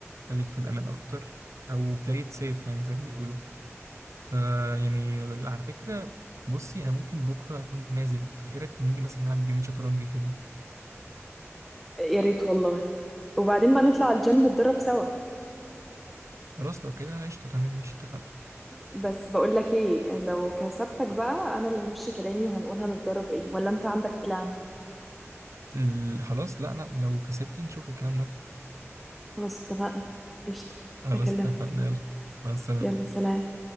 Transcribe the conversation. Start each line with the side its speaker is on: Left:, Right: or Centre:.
Right: خليك في الامان اكتر او play it safe يعني زي ما بيقولوا فيعني على فكره بصي انا ممكن بكره اكون نازل فايه رايك نيجي مثلا نلعب جيم شطرنج كده
Centre: يا ريت والله وبعدين بقى نطلع الجيم نتدرب سوا
Right: خلاص لو كده قشطه تمام ماشي اتفقنا
Centre: بس بقول لك ايه لو كسبتك بقى انا اللي همشي كلامي وهنقول هنتدرب ايه ولا انت عندك بلان
Right: ال- خلاص لا لا لو كسبتي نشوف الكلام ده
Centre: خلاص اتفقنا قشطة
Right: خلاص
Centre: هكلمك
Right: اتفقنا يلا مع السلامه
Centre: يلا سلام